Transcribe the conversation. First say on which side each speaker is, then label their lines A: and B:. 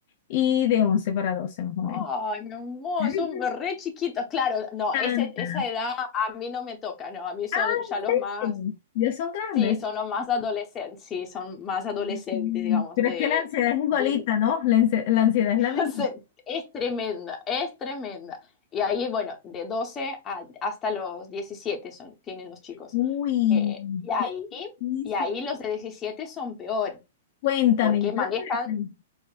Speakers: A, on the left; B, on the left.
A: y de once para doce más o menos.
B: Ay, mi amor,
A: <laughs>
B: son re chiquitos. Claro, no,
A: tanta
B: ese, esa edad a mí no me toca, no, a mí son
A: Ah,
B: ya los más,
A: ¿en serio? Ya son grandes.
B: sí, son los más adolescentes, sí, son más adolescentes,
A: Mm.
B: digamos,
A: Pero
B: de,
A: es que la ansiedad es igualita,
B: de-
A: ¿no? La ansi- la ansiedad es
B: <laughs>
A: la misma.
B: se- es tremenda, es tremenda. Y ahí, bueno, de doce a- hasta los 17 son, tienen los chicos.
A: Uy,
B: Eh, y ahí,
A: ¿qué dice?
B: y ahí los de 17 son peor,
A: Cuéntame,
B: porque
A: yo creo
B: manejan
A: que le pregunto.